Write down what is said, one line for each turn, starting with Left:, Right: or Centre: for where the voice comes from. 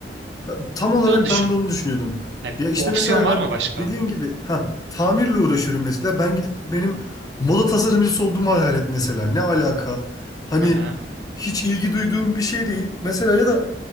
Left: Ha, Tam olarak
Right: Bir de onu düşün.
Left: ben de onu düşünüyordum.
Right: Ha,
Left: Ya işte
Right: bu opsiyon
Left: mesela
Right: var
Left: ben
Right: mı başka?
Left: dediğin gibi ha tamirle uğraşıyorum mesela. Ben gidip benim moda tasarımcısı olduğumu hayal et mesela. Ne alaka? Hani
Right: Aha.
Left: hiç ilgi duyduğum bir şey değil. Mesela ya da